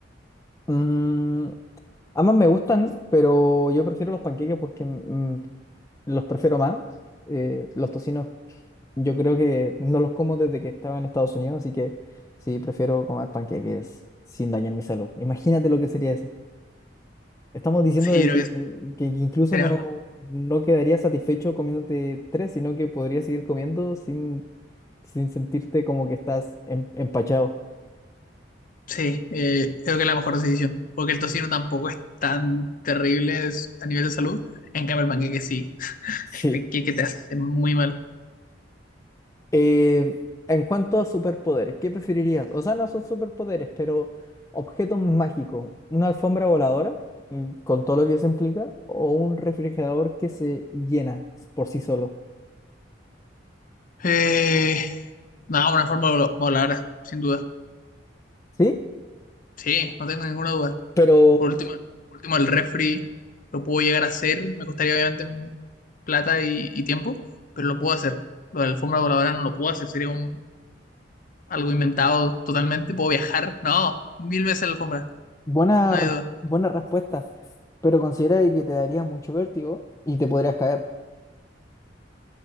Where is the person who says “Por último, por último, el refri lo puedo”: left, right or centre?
Left